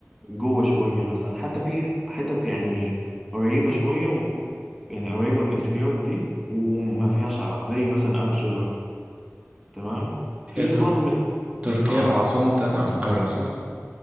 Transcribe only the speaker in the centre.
جوه شوية مثلا حتى في حتت يعني قريبة شوية و... يعني قريبة من السنيور دي وما فيهاش عرب زي مثلا أفجولر تمام في
برضه من
اه